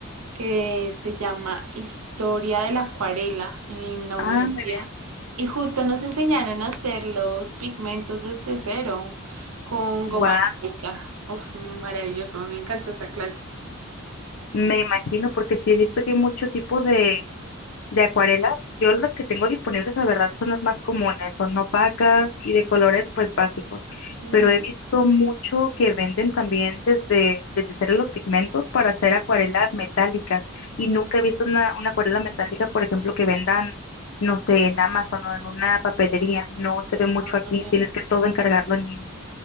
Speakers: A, on the right (about 85°); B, on the left (about 60°).
A: que se llama Historia de la Acuarela en la
B: Ah,
A: universidad.
B: muy bien.
A: Y justo nos enseñaron a hacer los pigmentos desde cero con goma
B: Guau,
A: arábica. Uf, maravilloso, me encantó esa clase.
B: me imagino, porque sí he visto que hay mucho tipo de, de acuarelas. Yo las que tengo disponibles, la verdad, son las más comunes, son opacas y de colores pues básicos.
A: Ujú.
B: Pero he visto mucho que venden también desde, desde hacer los pigmentos para hacer acuarelas metálicas. Y nunca he visto una, una acuarela metálica, por ejemplo, que vendan, no sé, en Amazon o en una papelería. No se ve mucho
A: No,
B: aquí,
A: también.
B: tienes que todo encargarlo en línea.